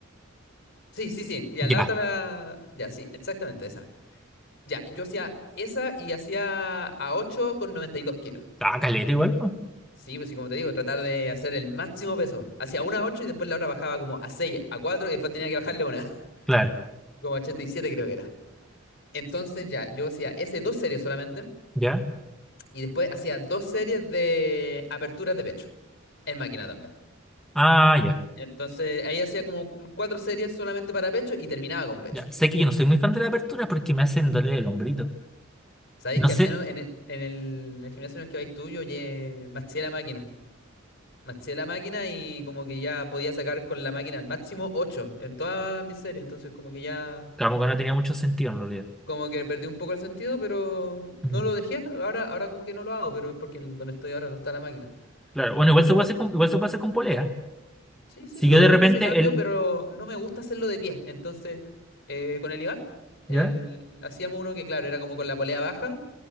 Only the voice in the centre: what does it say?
Ya.
Ah, caleta igual, pues.
Claro,
ya.
Ah, ya,
ya. Sé que yo no soy muy fan de la apertura porque me hacen doler el hombrito.
No
sé,
como que no tenía mucho sentido en realidad.
Mm,
Claro, bueno,
igual se puede hacer con, igual se puede hacer con polea.
Si
yo de repente,
el,
¿Ya?